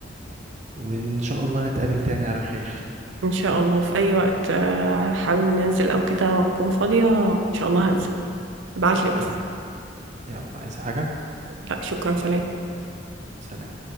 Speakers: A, on the right; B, on the right.
A: وإن شاء الله نتقابل تاني على خير
B: إن شاء الله في أي وقت آه، حابب ننزل أو كده وأكون فاضية إن شاء الله هنزل ابعتلي بس
A: تمام يلا عايز حاجة
B: لا شكرا سلام
A: سلام